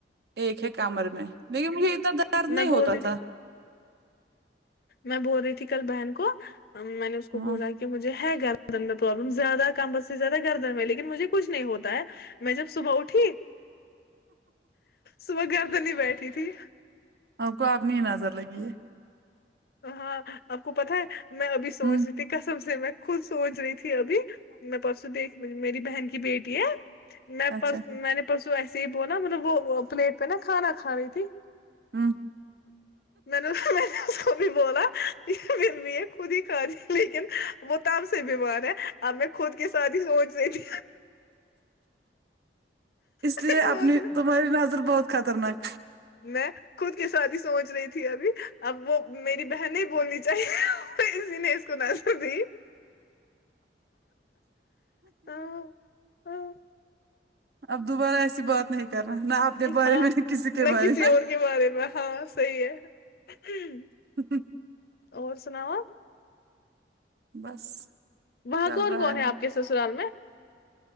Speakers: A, on the right; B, on the left.
A: ایک ہے کمر میں لیکن مجھے اتنا درد نہیں
B: میں بول
A: ہوتا
B: رہی تھی
A: تھا
B: میں بول رہی تھی کل بہن کو میں نے اس کو
A: ہاں
B: بولا کہ مجھے ہے گر دن میں پرابلم زیادہ کمر سے زیادہ گردن میں لیکن مجھے کچھ نہیں ہوتا ہے میں جب صبح اٹھی صبح گر دنی بیٹھی تھی
A: آپ کو آپنی نظر لگی ہے
B: ہاں آپ کو پتا ہے میں ابھی سوچ
A: ہمم
B: قسم سے میں خود سوچ رہی تھی ابھی میں پرسوں دیکھ میری بہن کی بیٹی ہے میں
A: اچھا
B: پرس میں نے پرسوں ایسے ہی بولا مطلب وہ پلیٹ پہ نا کھانا کھا رہی تھی
A: ہمم
B: میں نے بھی بولا م بھی خود ہی کھا رہی لیکن وہ تب سے بیمار ہے اب میں خود کے شادی سوچ رہی تھی
A: اس
B: سوچ
A: لیے اپنی
B: رہی
A: تمہاری نظر بہت خطرناک
B: میں خود کے ساتھ ہی سوچ رہی تھی ابھی اب وہ میری بہن نہیں بولنی چاہیے اسی نے کونا س بھی ہاں ہاں
A: اب دوبارہ ایسی بات نہیں کرنا نہ اپنے بارے
B: ہاں
A: میں نہ کسی کے بارے
B: کسی
A: میں
B: اور کے بارے میں ہاں صحیح ہے
A: ہاں
B: اور سناؤ آپ
A: بس
B: وہاں
A: چل
B: کون
A: رہا
B: کون ہے آپ کے سسرال میں